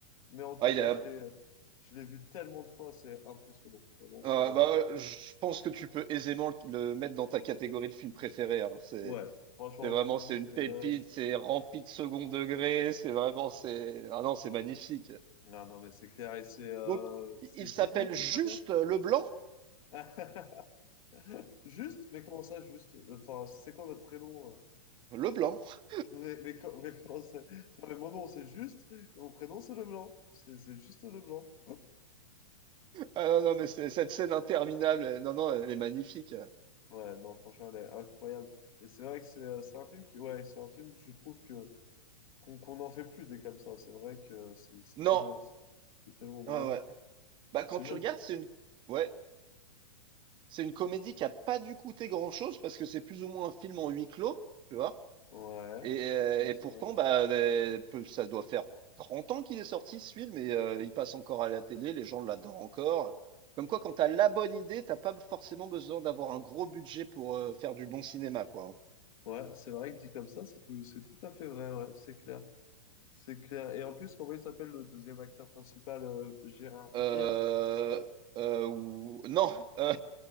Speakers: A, on the left; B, on the right.
A: mais en tout
B: Ah, il
A: cas,
B: a,
A: je l'ai, je l'ai vu tellement de fois, c'est impressionnant. Vraiment, c'est
B: euh,
A: un...
B: bah, je pense que tu peux aisément le, le mettre dans ta catégorie de film préféré, hein, c'est...
A: Ouais, franchement,
B: C'est
A: entre
B: vraiment, c'est
A: nous, c'est...
B: une
A: euh,
B: pépite, c'est rempli de second degré, c'est vraiment, c'est, ah non, c'est magnifique.
A: Non, non, mais c'est clair. Et c'est euh,
B: Donc,
A: c'est
B: il
A: Villiers
B: s'appelle
A: qui
B: juste
A: s'appelle?
B: Leblanc?
A: <laughs> <laughs> Juste, mais comment ça, juste? Enfin, c'est quoi votre prénom? euh
B: Leblanc.
A: Mais, mais, co- mais comment ça? Non, mais mon nom, c'est juste, et mon prénom, c'est Leblanc. C'est c'est juste Leblanc.
B: Ah non, non, mais c'est- cette scène interminable, euh, non, non, elle est magnifique.
A: Ouais, non, franchement, elle est incroyable. Et c'est vrai que c'est euh, c'est un film qui, ouais, c'est un film, je trouve que qu'on qu'on n'en fait plus des comme ça. C'est vrai que c'est c'est tellement,
B: Non,
A: c'est tellement drôle.
B: ah ouais. Bah,
A: C'est
B: quand tu
A: même,
B: regardes, c'est une, ouais, c'est une comédie qui a pas dû coûter grand-chose parce que c'est plus ou moins un film en huis clos, tu vois.
A: ouais,
B: Et, euh,
A: oui,
B: et
A: c'est
B: pourtant,
A: vrai.
B: bah, les- peu- ça doit faire 30 ans qu'il est sorti ce film et euh, il passe encore à la télé, les gens l'adorent encore. Comme quoi, quand t'as la bonne idée, t'as pas forcément besoin d'avoir un gros budget pour euh, faire du bon cinéma, quoi. hein.
A: Ouais, c'est vrai que dit comme ça, c'est tout, c'est tout à fait vrai, ouais, c'est clair. C'est clair. Et en plus, comment il s'appelle le deuxième acteur principal, euh, Gérard Villiers?
B: Euh, euh, ou... Non, euh,